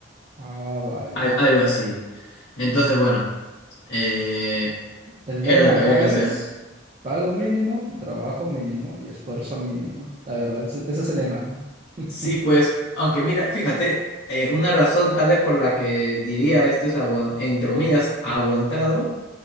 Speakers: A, on the right; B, on the left.
A: Ah, vaya.
B: al- algo así. Entonces, bueno, eh,
A: El
B: era
A: lema
B: lo
A: acá
B: que había que hacer.
A: es pago mínimo, trabajo mínimo y esfuerzo mínimo. La verdad, ese, ese es el lema. <laughs>
B: Sí, pues, aunque mira, fíjate, eh, una razón tal vez por la que diría esto es, aguan- entre comillas, aguantado,